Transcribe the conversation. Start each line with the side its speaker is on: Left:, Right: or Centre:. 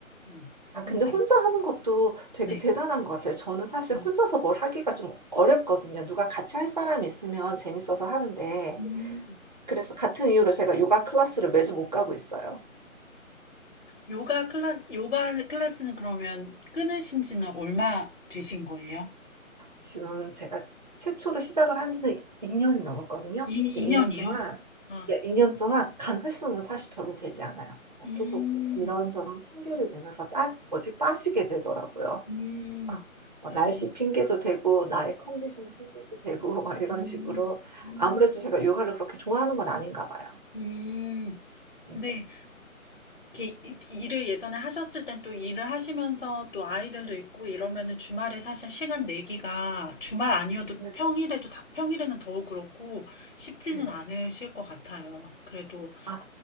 Left: 음,
Right: 아
Left: 혼자.
Right: 근데 혼자 하는 것도 되게
Left: 네.
Right: 대단한 것 같아요. 저는 사실
Left: 음.
Right: 혼자서 뭘 하기가 좀 어렵거든요. 누가 같이 할 사람이 있으면 재밌어서 하는데
Left: 음.
Right: 그래서 같은 이유로 제가 요가 클래스를 매주 못 가고 있어요.
Left: 요가 클래스, 요가 클래스는 그러면 끊으신 지는 얼마 되신 거예요?
Right: 지금 제가 최초로 시작을 한 지는 2 년이 넘었거든요.
Left: 이,
Right: 근데
Left: 2년이요?
Right: 2년 동안
Left: 아,
Right: 예 2 년 동안 간 횟수는 사실 별로 되지 않아요. 그
Left: 음,
Right: 계속 이런저런 핑계를 대면서 빠 뭐지 빠지게 되더라고요.
Left: 음,
Right: 아 뭐
Left: 아,
Right: 날씨 핑계도 되고 나의 컨디션 핑계도 되고 <laughs> 막 이런
Left: 음,
Right: 식으로
Left: 음,
Right: 아무래도 제가 요가를 그렇게 좋아하는 건 아닌가 봐요.
Left: 음.
Right: 음.
Left: 근데 이렇게 이- 일을 예전에 하셨을 땐 또 일을 하시면서 또 아이들도 있고 이러면은 주말에 사실 시간 내기가 주말 아니어도
Right: 네
Left: 평일에도 다, 평일에는 더욱 그렇고 쉽지는
Right: 네.
Left: 않으실 것 같아요. 그래도
Right: 아